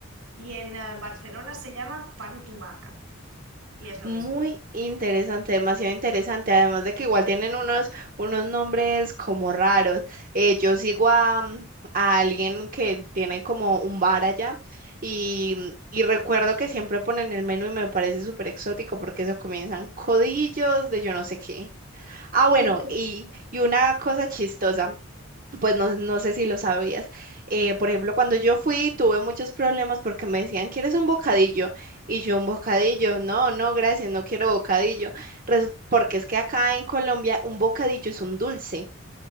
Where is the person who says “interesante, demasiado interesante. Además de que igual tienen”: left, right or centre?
Right